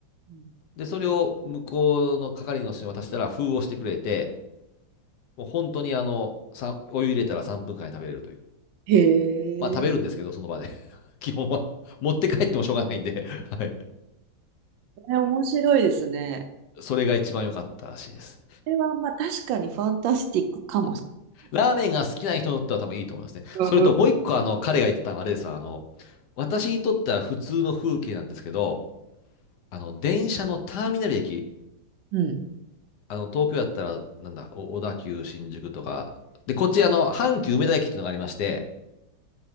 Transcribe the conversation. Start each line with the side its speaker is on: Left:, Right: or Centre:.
Right: うん
Left: で、それを向こうの係の人に渡したら、封をしてくれて、もう本当にあの、さんお湯入れたら3分間で食べれるという。
Right: へ
Left: まあ食べるんですけど、
Right: え。
Left: その場で <laughs>。基本は <laughs>。持って帰ってもしょうがないんで、<laughs> はい。
Right: これ面白いですね。
Left: それが一番良かったらしいです。
Right: これは、まあ、確かにファンタスティックかもし
Left: ラーメンが好きな人にとっては多分いいと思いますね。
Right: うん
Left: それともう一個、あの、彼が言ってたのはあれですわあの、私にとっては普通の風景なんですけど、あの、電車のターミナル駅、
Right: うん
Left: あの、東京だったら、なんだ、お小田急新宿とか、で、こっち、あの、阪急梅田駅っていうのがありまして、